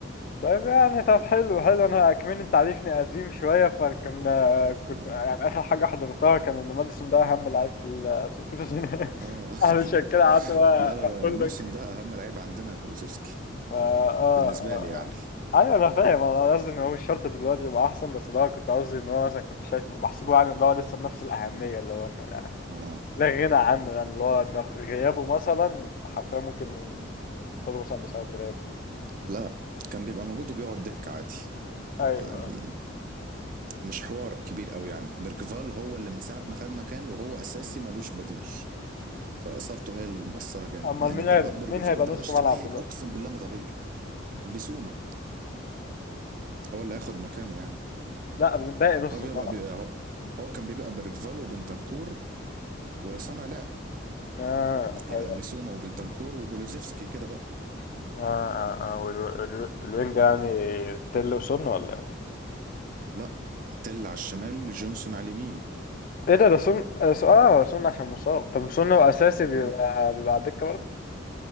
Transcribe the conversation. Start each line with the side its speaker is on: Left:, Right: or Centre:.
Left: طيب يعني طب حلو حلو انا كمان انت عارفني قديم شويه فكان كنت
Right: اه
Left: يعني اخر حاجه حضرتها كان ان ماديسون ده اهم لعيب في ال في التسعينات
Right: اه
Left: <laughs> علشان
Right: <laughs>
Left: كده قعدت بقى
Right: لا لا لا
Left: اقول
Right: الموسم
Left: لك
Right: ده اهم لعيب عندنا كولوسيفسكي
Left: فا اه
Right: بالنسبه
Left: اه
Right: لي يعني
Left: اه ايوه انا فاهم انا قصدي ان هو مش شرط دلوقتي يبقى احسن بس اللي هو كنت قصدي ان هو مثلا كنت شايفه بحسبه يعني اللي هو لسه بنفس الاهميه اللي هو انه يعني
Right: اه
Left: لا غنى عنه يعني اللي هو إن غيابه مثلا حرفيا ممكن يوصلوا مثلا بسبب غيابه
Right: لا كان بيبقى موجود وبيقعد دك عادي
Left: ايوه
Right: يعني
Left: أيوة.
Right: مش حوار كبير قوي يعني بيركفال هو اللي من ساعه ما خد مكان وهو اساسي ملوش بديل فاصابته هي اللي مأثره جامد
Left: امال
Right: لان
Left: مين
Right: بالواد
Left: هيبقى
Right: بيركفال
Left: مين هيبقى
Right: ده
Left: نص
Right: مش
Left: ملعب
Right: طبيعي
Left: دلوقتي
Right: اقسم بالله ما طبيعي بسومه هو اللي هياخد مكانه يعني
Left: لا باقي نص
Right: هو بيبقى,
Left: طبعا
Right: بيبقى هو, هو كان بيبقى بيركفال وبنتنكور وصانع لعب
Left: اه
Right: هيبقى
Left: أيوة.
Right: بسومه وبنتنكور وكولوزيفسكي كده بقى
Left: اه اه اه وال- وال- والوينج يعني تل وسن ولا ايه
Right: لا تل على الشمال جونسون على اليمين
Left: ايه ده ده سن آه، س- اه سن عشان مصاب طب سن لو اساسي بيبقى
Right: اه
Left: بيبقى على الدكه برضه